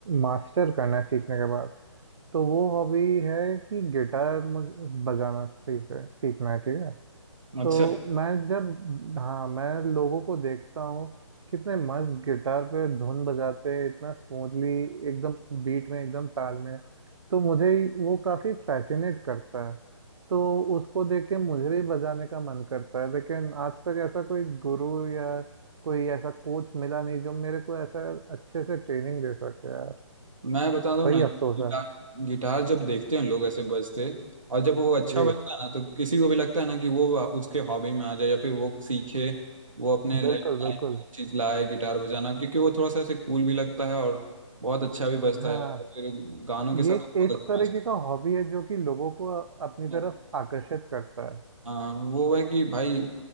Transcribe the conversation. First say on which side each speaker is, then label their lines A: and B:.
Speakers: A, on the right; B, on the right.
A: मास्टर करना है सीखने के बाद तो वो हॉबी है कि गिटार मुझे बजाना सीख सीखना है ठीक है
B: अच्छा
A: तो मैं जब हाँ मैं लोगों को देखता हूँ कितने मस्त गिटार पे धुन बजाते हैं इतना स्मूथली एकदम बीट में एकदम ताल में तो मुझे वो काफी फैसिनेट करता है तो उसको देख के मुझे भी बजाने का मन करता है लेकिन आज तक ऐसा कोई गुरु या कोई ऐसा कोच मिला नहीं जो मेरे को ऐसा अच्छे से ट्रेनिंग दे सके यार
B: मैं बता दूं
A: वही
B: ना
A: अफसोस
B: गिटार
A: है
B: गिटार जब देखते हैं लोग ऐसे बजते और जब वो अच्छा
A: जी
B: बजता है ना तो किसी को भी लगता है ना कि वो उसके हॉबी में आ जाए या फिर वो सीखे वो अपने
A: बिल्कुल
B: लाइफ लाइफ
A: बिल्कुल
B: में चीज लाए गिटार बजाना क्योंकि वो थोड़ा सा ऐसे कूल भी लगता है और बहुत अच्छा भी बजता
A: हाँ
B: है और फिर गानों के
A: ये
B: साथ
A: एक
B: बहुत
A: इस तरीके
B: अच्छा
A: का हॉबी है जो कि लोगों को अपनी
B: match
A: तरफ आकर्षित करता है
B: हाँ वो है कि भाई